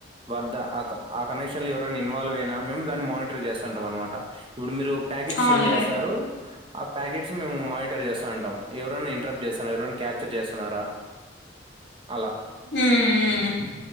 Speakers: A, on the right (about 30°); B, on the left (about 80°).
A: వద్ద ఆ కం ఆ కనెక్షన్ లో ఎవరైనా ఇన్వాల్వ్ అయినా. మేం దాన్ని మానిట్రే చేస్తాంటాం అనమాట. ఇప్పుడు మీరు ప్యాకెట్
B: అవునులే
A: సెండ్ చేస్తారు. ఆ ప్యాకెట్స్ మేము మానిటర్ చేస్తా అంటాం. ఎవరైనా ఇంట్రప్ట్ చేస్తరా, ఎవరైనా క్యాప్చర్ చేస్తున్నారా? అలా.
B: ఉమ్ మ్ మ్